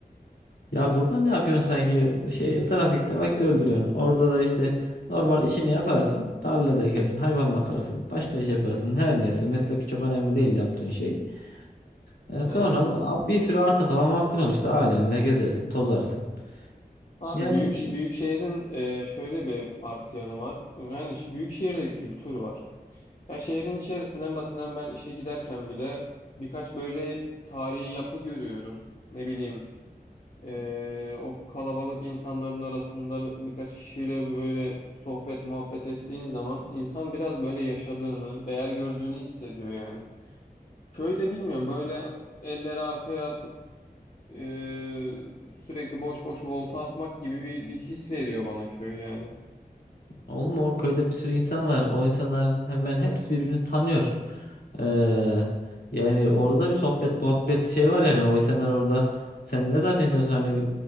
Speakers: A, on the left; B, on the left.
A: Ya burada ne yapıyorsun sanki? Şey trafikte vakit öldürüyorsun. Orada da işte normal işini yaparsın. Tarlada ekersin, hayvan bakarsın, başka iş yaparsın. Her neyse meslek çok önemli değil yaptığın şey. E, sonra
B: Evet.
A: bu- bir sürü arta kalan vaktin olur işte ailenle gezersin, tozarsın.
B: Abi
A: Yani
B: büyük büyük şehrin e, şöyle bir artı yanı var. Yani ş- büyük şehirde kültür var. Ya şehrin içerisinden basından ben işe giderken bile birkaç böyle tarihi yapı görüyorum. Ne bileyim e, o kalabalık insanların arasında bi- birkaç kişiyle böyle sohbet muhabbet ettiğin zaman insan biraz böyle yaşadığını, değer gördüğünü hissediyor yani. Köyde bilmiyorum böyle elleri arkaya atıp Ee, sürekli boş boş volta atmak gibi bir, bir his veriyor bana köy yani.
A: Oğlum o köyde bir sürü insan var. O insanlar hemen hepsi birbirini tanıyor. Ee, yani orada da bir sohbet muhabbet şey var yani. O insanlar orada sen ne zannediyorsun hani